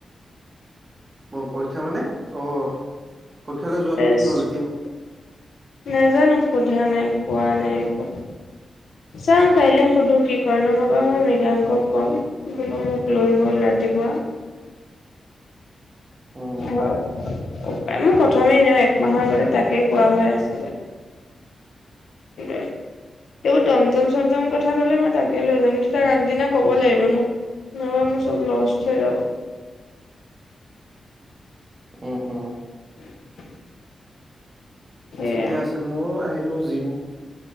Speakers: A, on the right; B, on the left.
A: অ পৰীক্ষা মানে? অ পৰীক্ষালৈ যোৱাটো
B: টেষ্ট
A: কি হ'ল এতিয়া?
B: নাজানো সোধা নাই, পোৱা নাই একো। চাও কাইলৈ সুধো কি কৰে নহবা মই মৃগাংকক কম বোলো মোক লৈ বলা। ৰাতি পুৱা
A: অ
B: মই প্ৰথমেই নিওঁ একমাহৰ আগতে তাকেই কোৱা হৈ আছিলে। <unintelligible> এইবোৰ টমটম চমটম কথা কলে মই তাকে লৈ যাম কিন্তু তাৰ আগদিনা ক'ব লাগিব ন। নহলে মোৰ চব লস্থ হৈ যাব।
A: উ অ।
B: <unintelligible> সেয়াই
A: ঠিকে আছে মইও আহিলো জিম